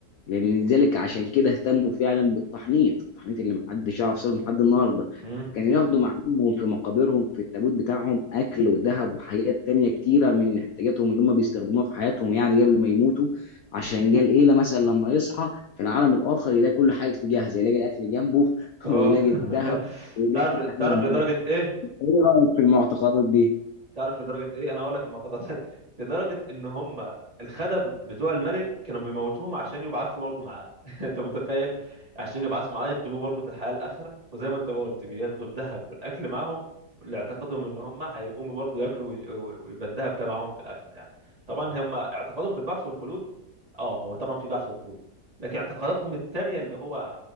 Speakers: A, on the left; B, on the right.
A: لذلك عشان كده اهتموا فعلا بالتحنيط التحنيط اللي محدش يعرف سره لحد النهارده
B: امم
A: كانوا ياخدوا معاهم في مقابرهم في التابوت بتاعهم اكل وذهب وحاجات تانية كتيره من احتياجاتهم اللي هم بيستخدموها في حياتهم يعني قبل ما يموتوا عشان جه القيله مثلا لما يصحى في العالم الاخر يلاقي كل حاجه جاهزه يلاقي الاكل جنبه <laughs>
B: اه
A: ويلاقي الذهب
B: <laughs>
A: ويلاقي
B: تعرف
A: كل
B: تعرف
A: حاجه معاه
B: لدرجه ايه
A: ايه رايك في المعتقدات دي؟
B: تعرف لدرجة ايه انا هقول لك المعتقدات <laughs> لدرجة ان هم الخدم بتوع الملك كانوا بيموتوهم عشان يبعثوا برضه معاه <laughs> انت متخيل عشان يبعثوا معاه يخدموه برضه في الحياة الآخرة وزي ما انت ما قلت بياخدوا الذهب والأكل معاهم اللي اعتقادهم ان هم هيقوموا برضه ياكلوا ويش- ويبقى الذهب ده معاهم في الآخرة يعني طبعا هم اعتقادهم في البعث والخلود اه هو طبعا في بعث وخلود لكن اعتقاداتهم التانية اللي هو